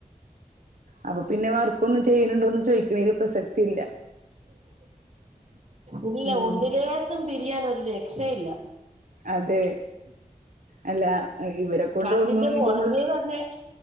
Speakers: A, on the right; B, on the right.
A: അപ്പൊ പിന്നെ വർക്കൊന്നും ചെയ്യണണ്ടോന്നന്ന് ചോയ്ക്കണെല് പ്രസക്തി ഇല്ല.
B: ഇല്ല
A: ഉം
B: ഒന്നിലേക്കും തിരിയാൻ ഒരു രക്ഷയില്ല.
A: അതെ അല്ല ഇവരെ കൊണ്ട്
B: രണ്ടിന്റെ
A: ഒന്നും
B: പുറകെ
A: ഇപ്പോ നമ്മള്
B: തന്നെ